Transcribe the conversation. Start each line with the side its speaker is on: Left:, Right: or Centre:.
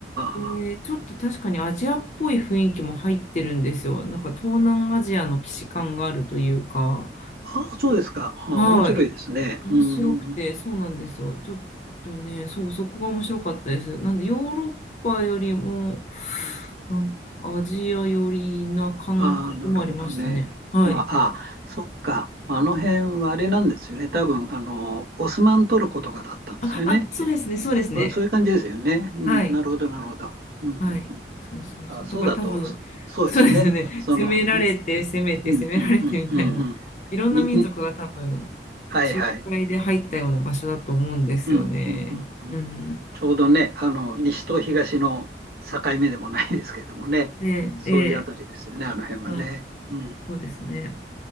Left: えーちょっと確かにアジアっぽい雰囲気も入ってるんですよ。
Right: あ、
Left: なんか東南アジアの既視感があるというか、
Right: ああそうですか。ああ、
Left: はい、
Right: 面白いですね。
Left: 面白くて、
Right: うん。
Left: そうなんですよ。ちょっとね、そう、そこが面白かったです。なんでヨーロッパよりも、なんアジア寄りな感覚もありましたね。
Right: ああ、なるほどね。
Left: はい。
Right: ああ、ああそっか。あの辺はあれなんですよね。多分、あの、オスマントルコとかだったんですよね。
Left: あ、あ、そうですね、そうですね。
Right: そうそういう感じですよね。うん、
Left: はい。
Right: なるほど、なるほど。うん、うんうん
Left: はい。そうそうそう。
Right: ああ、そうだと、
Left: だから多分、
Right: そそうですね。
Left: そうですよね。
Right: その、
Left: 攻められて、攻めて、
Right: うんうんうんうんうん。
Left: 攻められてみたいな、いろんな民族が多分、
Right: に、に、はいはい。
Left: 仲介で入ったような場所だと思うんですよね。
Right: うんうんうんうん。
Left: うん。
Right: ちょうどね、あの、西と東の境目でもないですけれどもね、
Left: ねえ、
Right: そういうあたりですよね、
Left: え
Right: あの辺はね。
Left: えはい。
Right: うん。
Left: そうですね。